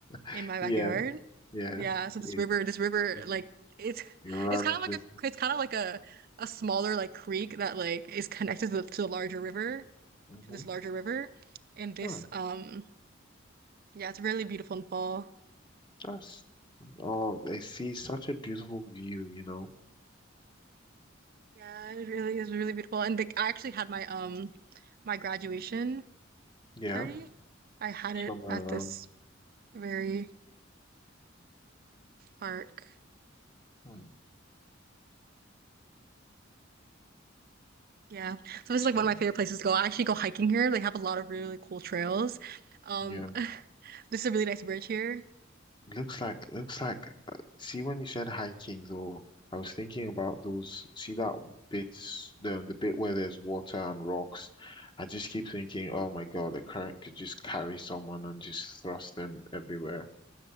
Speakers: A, on the left (about 25°); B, on the right (about 50°).
A: <laughs>
B: in my backyard,
A: yeah, yes.
B: Yeah, so this
A: It,
B: river, this river,
A: it
B: like it's
A: it runs
B: it's kind of like
A: it.
B: a it's kind of like a a smaller like creek that like is connected to the, to the larger river,
A: hmm
B: to this larger river. And this
A: Oh,
B: um yeah, it's really beautiful in the fall.
A: that's, oh, I see such a beautiful view, you know.
B: Yeah, it really is really beautiful. And like I actually had my um my graduation
A: Yeah,
B: party. I had it
A: somewhere
B: at
A: around.
B: this very park.
A: Hmm.
B: Yeah. So this
A: See,
B: is like one of my favorite places to go. I actually go hiking here. They have a lot of really really cool trails. Um
A: yeah.
B: <laughs> this is a really nice bridge here.
A: Looks like, looks like, uh, see, when you said hiking, though, I was thinking about those, see that bits, the, the bit where there's water and rocks. I just keep thinking, oh my God, the current could just carry someone and just thrust them everywhere.